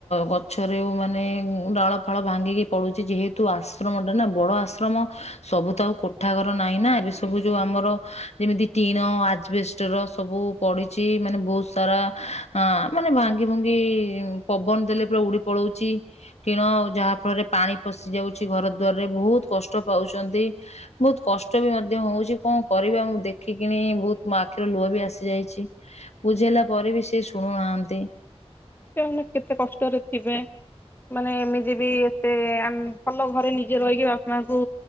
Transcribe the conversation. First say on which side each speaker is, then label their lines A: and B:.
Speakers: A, on the left; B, on the left.
A: ଗଛରେ ମାନେ ଡାଳ ଫାଳ ଭାଙ୍ଗିକି ପଡୁଛି ଯେହେତୁ ଆଶ୍ରମ ଟା ନା ବଡ ଆଶ୍ରମ ସବୁ ତ ଆଉ କୋଠା ଘର ନାହିଁ ନା ଏବେ। ସବୁ ଯୋଉ ଆମର ଯେମିତି ଟିଣ ଆଜବେଷ୍ଟର ସବୁ ପଡିଛି। ମାନେ ବହୁତ ସାରା ଅ ମାନେ ଭାଙ୍ଗି ଭୁଙ୍ଗି ପବନ ଦେଲେ ପୁରା ଉଡି ପଲୋଉଛି ଟିଣ ଯାହା ଫଳରେ ପାଣି ପଶି ଯାଉଛି ଘର ଦ୍ୱାରରେ ବହୁତ କଷ୍ଟ ପାଉଛନ୍ତି ବହୁତ କଷ୍ଟ ବି ମା ମଧ୍ୟ ହଉଛି କଣ କରିବା ମୁଁ ଦେଖିକିଣି ବହୁତ ମୋ ଆଖିର ଲୁହ ବି ଆସି ଯାଇଛି ବୁଝେଇଲା ପରେ ବି ସେ ଶୁଣୁନାହାନ୍ତି।
B: ସେମାନେ କେତେ କଷ୍ଟରେ ଥିବେ। ମାନେ ଏମିତି ବି ଏତେ ଆମ ଭଲ ଘରେ ନିଜେ ରହିକି ବାପା ମାଙ୍କୁ